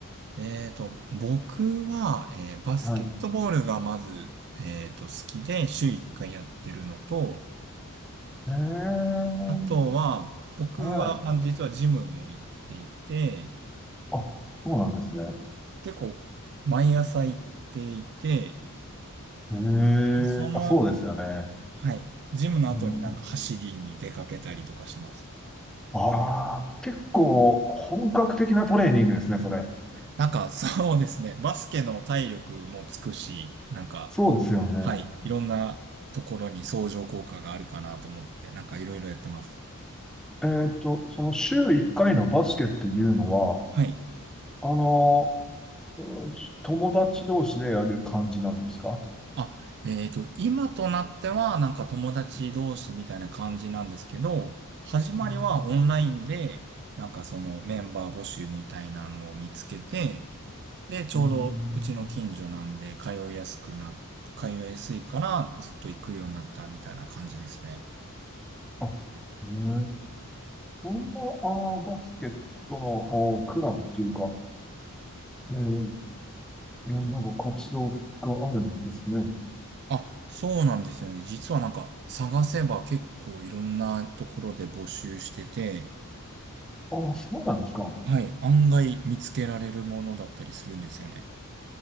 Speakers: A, on the right; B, in the centre.
A: えっと、僕は、えーバスケットボールがまず、
B: はい。
A: えっと、好きで週1回やってるのと、
B: えー、
A: あとは、僕はあ実はジムも行っていて、
B: はい。あ、そうなんですね。
A: 結構毎朝行っていて、
B: えー、
A: でその、
B: あ、そうですよね。
A: はい、ジムの後になんか走りに出かけたりとかします。
B: うん、ああ、結構本格的なトレーニングですね、それ。
A: なんか <laughs> そうですね、バスケの体力もつくし、なんか、
B: そうですよね。
A: はい、いろんなところに相乗効果があるかなと思って、なんかいろいろやってます。
B: えーっと、その週1回のバスケっていうのは、
A: はい。
B: あの、うん友達同士でやる感じなんですか
A: あ、えっと、今となっては、なんか友達同士みたいな感じなんですけど、始まりはオンラインで、
B: うん
A: なんかそのメンバー募集みたいなのを見つけて、で、ちょうどうちの近所なんで、
B: うん
A: 通いやすくな、通いやすいからずっと行くようになったみたいな感じですね。
B: あ、ねえー、そんな、あー、バスケットの、あー、クラブっていうか、えー、いや、なんか活動があるんですね。
A: あ、そうなんですよね。実はなんか探せば結構いろんなところで募集してて、
B: ああそうなんですか。
A: はい、案外見つけられるものだったりするんですよね。